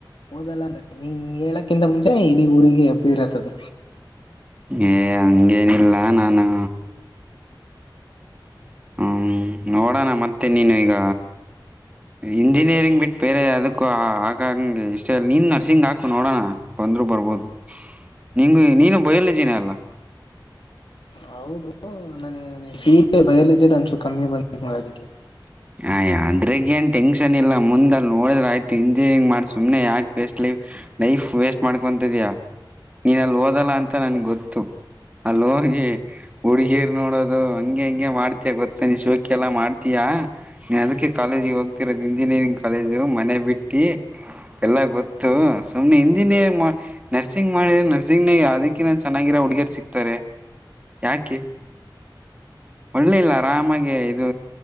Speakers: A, on the left; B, on the right.
A: ಓದಲ್ಲ ಅಂದ್ರ ನೀ ಹೇಳಕ್ಕಿಂತ ಮುಂಚೆ ಇಡೀ ಊರಿಗೆ ಅಬ್ಬಿ ಇರತ್ತದ
B: ಏ ಹಂಗೇನಿಲ್ಲ ನಾನು ಹ್ಮ ನೋಡೋಣ ಮತ್ತೆ ನೀನು ಈಗ ಇಂಜಿನಿಯರಿಂಗ್ ಬಿಟ್ಟು ಬೇರೆ ಅದಕ್ಕು ಆಗಂಗಗೆ ಇಷ್ಟ ಇ <unintelligible> ನೀನ್ ನರ್ಸಿಂಗ್ ಹಾಕು ನೋಡೋಣ ಬಂದ್ರು ಬ ಬರ್ಬೋದು ನೀಂಗ ನೀನು ಬಯಲುಜನ ಅಲ್ಲ
A: ಹೌದು ನಾನ ಸೀಟ ಬಯಲಜ ಅನ್ಸು ಕಮ್ಮಿ ಬಂದ ಮಾಡ ಅದಕ್ಕೆ <unintelligible>
B: ಆಯ ಅದ್ರಗ್ ಏನ್ ಟೆನ್ಷನ್ ಇಲ್ಲ ಮುಂದಲ್ಲಿ ನೋಡ್ರೆ ಆಯ್ತು ಇ <unintelligible> <unintelligible> ಗ್ ಮಾಡ ಸುಮನೆ ಯಾಕೆ ವೇಸ್ಟ್ ಲೈಫ್ ಲೈಫ್ ವೇಸ್ಟ್ ಮಾಡ್ಕೊಂತ ಇದ್ಯಾ ನೀನ ಅಲ್ಲಿ ಓದಲ್ಲ ಅಂತ ನನ್ ಗೊತ್ತು ಅಲ್ ಹೋಗಿ ಹುಡ್ಗೀರ್ ನೋಡೋದು ಹಂಗೆ ಹಂಗಗೆ ಮಾಡ್ತಿಯಯ ಗೊತ್ತ ನೀ ಶೋಕ ಎಲ್ಲಾ ಮಾಡ್ತೀಯಾ ನೀ ಅದಕ್ಕೆ ಕಾಲೇಜಿಗೆ ಹೋಗ್ತಿರೋದು ಇಂಜಿನಿಯರಿಂಗ್ ಕಾಲೇಜು ಮನೆ ಬಿಟಿ ಎಲ್ಲಾ ಗೊತ್ತು ಸುಮ್ನೆ ಇಂಜಿನಿಯರಿಂಗ್ ನರ್ಸಿಂಗ್ ಮಾಡಿದ <unintelligible> ಅದಕ್ಕಿನ್ನ ಚೆನ್ನಾಗಿರೋ ಹುಡುಗಿಯರು ಸಿಗ್ತಾರೆ ಯಾಕೆ ಒಳ್ಳೇಲ್ಲ ಅರಾಮಾಗಿ ಇದು